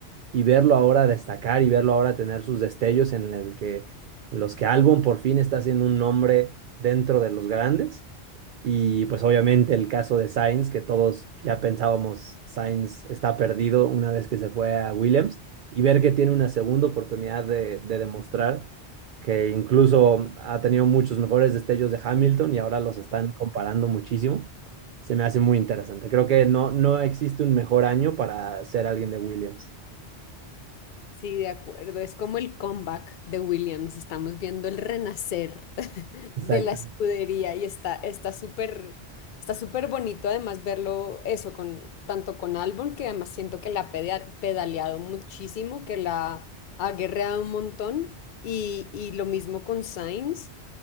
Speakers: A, on the right (about 60°); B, on the left (about 60°).
A: y verlo ahora destacar y verlo ahora tener sus destellos en el que en los que Albon por fin está haciendo un nombre dentro de los grandes. Y pues obviamente el caso de Sainz, que todos ya pensábamos Sainz está perdido una vez que se fue a Williams, y ver que tiene una segunda oportunidad de, de demostrar que incluso ha tenido muchos mejores destellos de Hamilton y ahora los están comparando muchísimo, se me hace muy interesante. Creo que no, no existe un mejor año para ser alguien de Williams.
B: Sí, de acuerdo. Es como el comeback de Williams. Estamos viendo el renacer <laughs>
A: Exacto.
B: de la escudería y está, está súper, está súper bonito además verlo eso con tanto con Albon, que además siento que la ha pedea- pedaleado muchísimo, que la ha guerreado un montón, y, y lo mismo con Sainz.